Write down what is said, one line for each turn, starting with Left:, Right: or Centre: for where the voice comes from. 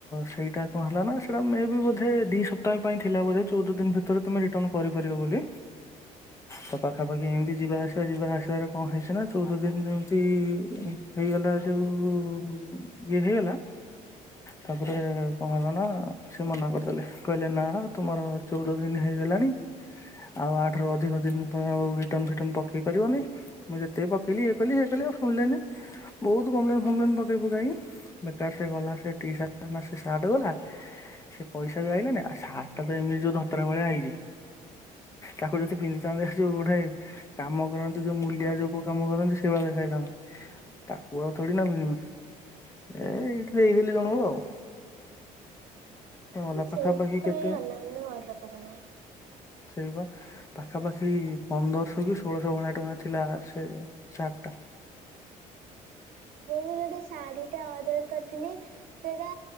Left: ସେଇଟା କଣ ହେଲା ନା ସେଇଟା ମେବି ବୋଧେ ଦୁଇ ସପ୍ତାହ ପାଇଁ ଥିଲା ବୋଧେ ଚଉଦ ଦିନ ଭିତରେ ତୁମେ ରିଟର୍ଣ୍ଣ କରିପାରିବ ବୋଲି ତ ପାଖାପାଖି ଏମିତି ଯିବା ଆସିବା ଯିବା ଆସିବାରେ କଣ ହେଇସିନା ଚଉଦ ଦିନ ଯେମିତି ହେଇଗଲା ଯେଉଁ ଇଏ ହେଇଗଲା ତାପରେ କଣ ହେଲା ନା ସେ ମନା କରିଦେଲେ କହିଲେ ନା ତୁମର ଚଉଦ ଦିନ ହେଇଗଲାଣି ଆଉ ଆଠରୁ ଅଧିକ ଦିନ ଆଉ ରିଟର୍ଣ୍ଣ ଫିଟର୍ଣ୍ଣ ପକେଇ ପାରିବନି ମୁଁ ଯେତେ ପକେଇଲି ଇଏ କଲି ସିଏ କଲି ଆଉ ଶୁଣିଲେନି ବହୁତ କମ୍ପ୍ଲେନ ଫମ୍ପ୍ଲେନ ପକେଇ ପୁକାଇ ବେକାର ସେ ଗଲା ସେ ଟିସାର୍ଟ ଟା ସେ ସାର୍ଟ ଗଲା ସେ ପଇସା ବି ଆଇଲାନି ଆଉ ସାର୍ଟ ଟା ଏମିତି ଯୋଉ ଧତରା ଭଳିଆ ହେଇଛି ତାକୁ ଯଦି ପିନ୍ଧି ତା <unintelligible> ଯୋଉ ଗୋଠାଏ କାମ କରନ୍ତି ଯୋଉ ମୂଲିଆ ଯୋଉ <unintelligible> କାମ କରନ୍ତି ସେଇଭଳିଆ ଦେଖାଯାଇଥାନ୍ତା ତାକୁ ଆଉ ଥୋଡ଼ି ନା ପିନ୍ଧିବି ଏ ଏଇଠି ଦେଇଦେଲି ଜଣକୁ ଆଉ। ଗଲା
Right: ମୁଁ ସେଇଥିପାଇଁ
Left: ପାଖାପାଖି କେତେ
Right: ଅନଲାଇନ୍ ରେ ଅର୍ଡର କରେ ନା।
Left: ସେଇବା ପାଖାପାଖି ପନ୍ଦରଶହ କି ଷୋଳଶହ ଭଳିଆ ଟଙ୍କା ଥିଲା ସେ ସାର୍ଟ ଟା।
Right: ମୁଁ ଗୋଟେ ଶାଢୀ ଟେ ଅର୍ଡର କରି ଥିଲି ସେଇଟା